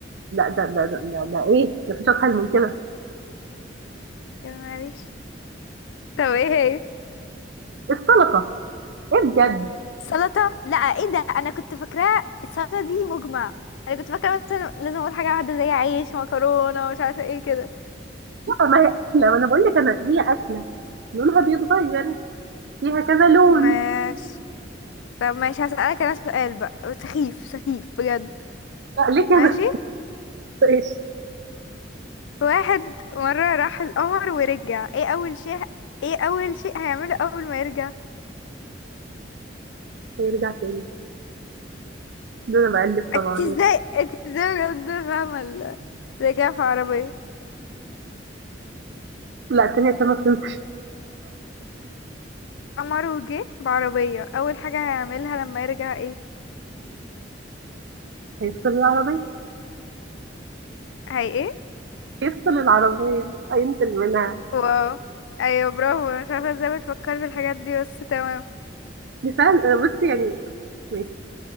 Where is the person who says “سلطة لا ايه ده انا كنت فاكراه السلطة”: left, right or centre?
Left